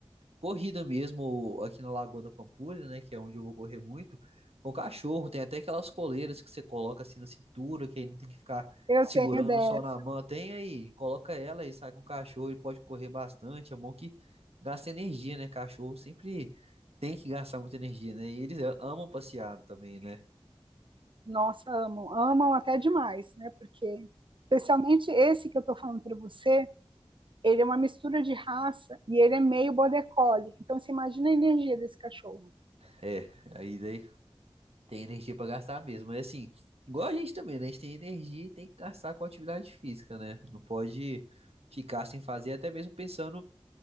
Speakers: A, on the right; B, on the right.
A: corrida mesmo aqui na Lagoa da Pampulha, né? Que é onde eu vou correr muito. Com cachorro, tem até aquelas coleiras que você coloca assim na cintura, que aí não tem que ficar
B: Eu
A: segurando
B: tenho dessa.
A: só na mão. Tem aí, coloca ela e sai com o cachorro, ele pode correr bastante. É bom que gasta energia, né? Cachorro sempre tem que gastar muita energia, né? E eles amam passear também, né?
B: Nossa, amam. Amam até demais, né? Porque, especialmente esse que eu tô falando para você, ele é uma mistura de raça e ele é meio border collie. Então você imagina a energia desse cachorro,
A: É, aí daí tem energia pra gastar mesmo. Mas assim, igual a gente também, né? A gente tem energia e tem que gastar com atividade física, né? Não pode ficar sem fazer, até mesmo pensando